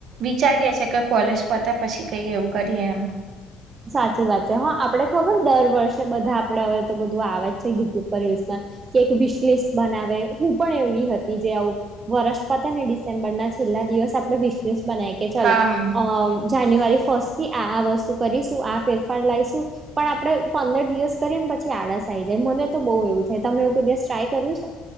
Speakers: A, on the right (about 50°); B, on the right (about 25°).
A: વિચારીએ છે કે કોલેજ પોતે પછી કઈ એવું કરીએ એમ
B: સાચી વાત છે હા આપડે ખબર દર વર્ષે બધા આપડે હવે તો બધું આવે જ છે યુટ્યુબ પર યુઝમા કે એક વિશ લિસ્ટ બનાવે હું પણ એવી હતી જે આવું વરસ પતે ને ડિસેમ્બરના છેલ્લા દિવસ આપડે વિસ લિસ્ટ બનાવી કે ચલો
A: હા ના
B: અ જાન્યુઆરી ફર્સ્ટથી આ આ વસ્તુ કરીશું આ ફેરફાર લાઈશું પણ આપડે પંદર દિવસ કરીએ ને પછી આળસ થઈ જાય મને તો બહુ એવું થાય તમે એવુ કોઈ દિવસ ટ્રાય કર્યું છે.